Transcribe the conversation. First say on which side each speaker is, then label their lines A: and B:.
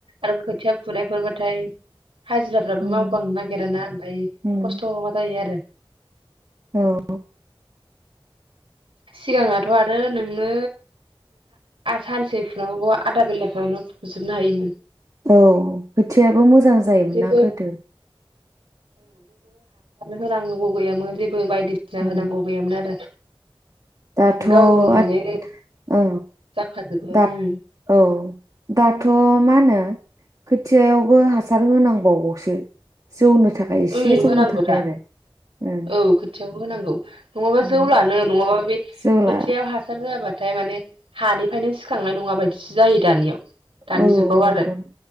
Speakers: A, on the right (about 75°); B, on the right (about 40°).
A: आरो खोथिया फुनायफोर बाथाय हाजिराफ्राबो
B: उम
A: मावबांनो नागिराना ओमफ्राय
B: उम
A: खस्थ जायो आरो।
B: औ
A: सिगाङावथ' आरो नोंनो सानसे फुनांगौ आदा बेलाफ्रायावनो फुजोबनो हायोमोन।
B: औ खोथियाबो मोजां जायोमोन
A: जेबो
B: ना गोदो
A: होनांगौबो गैयामोन जे बो बायदिसिना
B: उम
A: होनांगौ गैयामोन आरो।
B: दाथ'
A: गाव गावनो माने
B: आद औ
A: जाखाजोबो
B: दा
A: ओं
B: औ दाथ' मा होनो खोथियायावबो हासार होनांगौ। बावगौसो जौनो थाखाय एसे
A: ओं
B: जौनो
A: होनांगौ
B: थाखाय
A: दा
B: आरो ओं।
A: औ खोथियावबो होनांगौ। नङाबा
B: उम
A: जौला नो नङाबा बे
B: जौला
A: खोथियायाव हासार होआबा होयाब्लाथाय माने हानिफ्रायनो सिखांनाय नङा बायदिसो जायो दानियाव। दानि
B: औ
A: जुगाव
B: नंगौ
A: आरो